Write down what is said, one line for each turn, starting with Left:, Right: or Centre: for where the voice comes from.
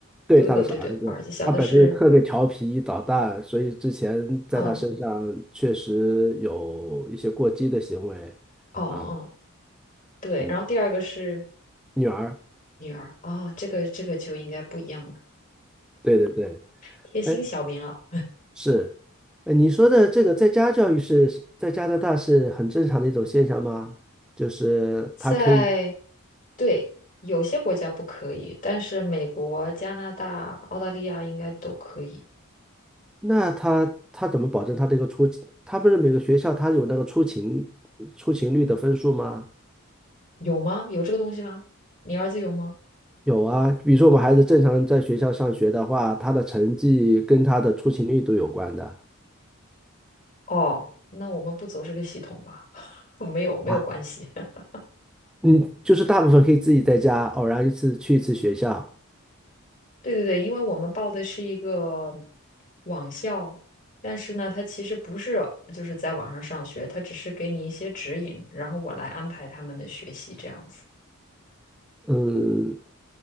Centre: 对，
Left: 哥哥，
Centre: 他的是儿子，
Left: 对对，儿子，小的是，
Centre: 他本身又特别调皮捣蛋，所以之前在他身上确实有一些过激的行为
Left: 嗯，哦哦哦，
Centre: 啊。
Left: 对，
Centre: 嗯，
Left: 然后第二个是
Centre: 女儿。
Left: 女儿，哦，这个这个就应该不一样了，
Centre: 对对对，
Left: 贴心小棉袄，
Centre: 哎，是，哎，你说的这个在家教育是是在加拿大是很正常的一种现象吗？就是他可以，
Left: 在。对，有些国家不可以，但是美国、加拿大、澳大利亚应该都可以。
Centre: 那他他怎么保证他这个出勤他不是每个学校他有那个出勤出勤率的分数吗？
Left: 有吗？有这个东西吗？你儿子有吗？
Centre: 有啊，比如说我们孩子正常在学校上学的话，他的成绩跟他的出勤率都有关的。
Left: 哦，那我们不走这个系统吧，<laughs> 没有没有关系。
Centre: 啊。
Left: <laughs>
Centre: 嗯，就是大部分可以自己在家，偶然一次去一次学校。
Left: 对对对，因为我们报的是一个网校，但是呢，他其实不是就是在网上上学，他只是给你一些指引，然后我来安排他们的学习这样子。
Centre: 嗯，